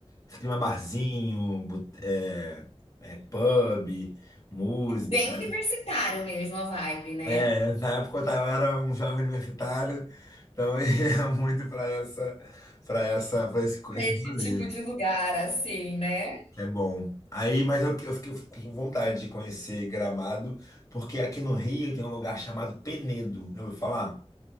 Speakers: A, on the left; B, on the left.
A: esse clima barzinho, bot- é, é, pub, música.
B: É Bem universitário mesmo a vibe, né?
A: É, na época eu tava- eu era um jovem universitário, então eu <laughs> ia muito para essa, para essa, para esse,
B: Para
A: esse
B: esse
A: rolê.
B: tipo de lugar, assim, né?
A: É bom. Aí, mas eu, eu fiquei com vontade de conhecer Gramado, porque aqui no Rio tem um lugar chamado Penedo. Já ouviu falar?